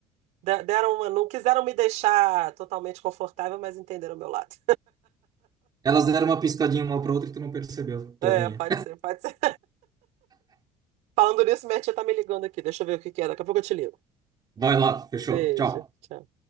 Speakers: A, on the right; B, on the right.
A: De- Deram uma, não quiseram me deixar totalmente confortável, mas entenderam o meu lado.
B: Elas deram uma piscadinha uma para outra e tu não percebeu,
A: É,
B: tolinha.
A: pode ser, pode ser. Falando nisso, minha tia tá me ligando aqui. Deixa eu ver o que que é. Daqui a pouco eu te ligo.
B: <laughs> Vai lá, fechou.
A: Beijo.
B: Tchau.
A: Tchau.